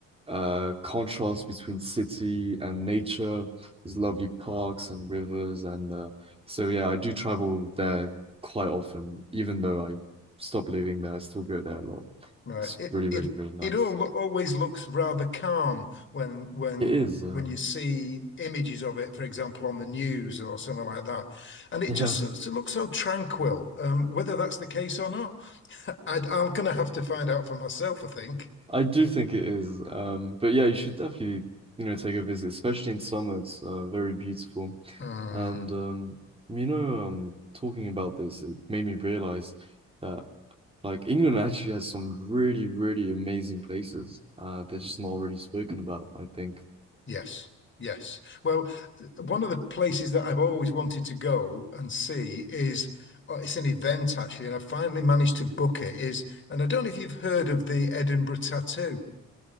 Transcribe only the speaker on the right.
uh contrast between city and nature. There's lovely parks and rivers and uh so yeah, I do travel there quite often, even though I stopped living there, I still go there a lot.
It's
really, really,
really nice.
It is, uh,
yeah.
I do think it is. Um, but yeah, you should definitely, you know, take a visit, especially in summer. It's uh, very beautiful.
And um, you know, um, talking about this, it made me realize that like England actually has some really, really amazing places. Uh, they're just not really spoken about, I think.